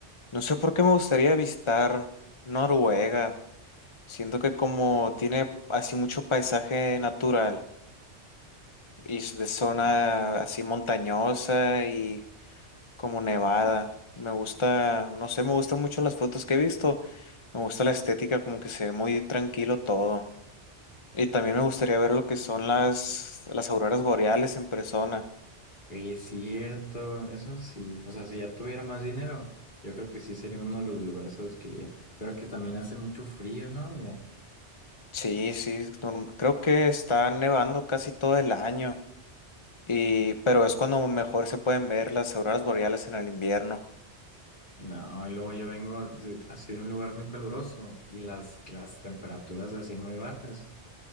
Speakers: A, on the left (about 30°); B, on the left (about 45°).
A: no sé por qué me gustaría visitar Noruega. Siento que como tiene así mucho paisaje natural y es de zona así montañosa y como nevada. Me gusta, no sé, me gustan mucho las fotos que he visto. Me gusta la estética, como que se ve muy tranquilo todo. Y también me gustaría ver lo que son las, las auroras boreales en persona.
B: Oye, es cierto, eso sí. O sea, si ya tuviera más dinero, yo creo que sí sería uno de los lugares a los que iría. Pero que también hace mucho frío, ¿no? Ya.
A: Sí, sí, norm- creo que está nevando casi todo el año. Y, pero es cuando mejor se pueden ver las auroras boreales en el invierno.
B: No, y luego yo vengo de- así de un lugar muy caluroso y las, las temperaturas así muy bajas.